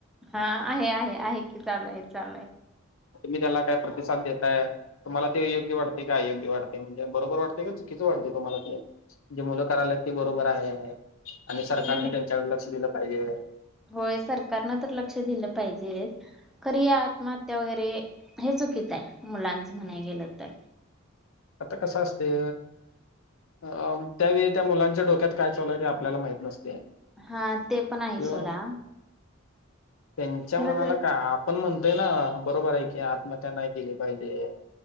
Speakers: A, in the centre; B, on the left (about 75°).
A: हा आहे आहे, आहे की चालू आहे चालूय.
B: तुम्ही त्याला काय प्रतिसाद देताय? तुम्हाला ते योग्य वाटते की अयोग्य वाटते. म्हणजे बरोबर वाटते की चुकीचं वाटते तुम्हाला ते. जे मुलं करायलेत ते बरोबर आहे. आणि सरकारने
A: नाही नाही
B: त्यांच्याकडे लक्ष दिलं पाहिजे.
A: होय, सरकारनं तर लक्ष दिलं पाहिजेच. खरी या आत्महत्या वगैरे हे चुकीचं आहे. मुलांचं म्हणाय गेलं तर.
B: आता कसं असते अ त्यावेळी त्या मुलांच्या डोक्यात काय चालू आहे ते आप आपल्याला माहित नसते.
A: हा ते पण आहे
B: त्य
A: सोडा
B: त्यांच्या
A: खरंच
B: मनाला का आप पण म्हणतोय ना, बरोबर आहे की, आत्महत्या नाय केली पाहिजे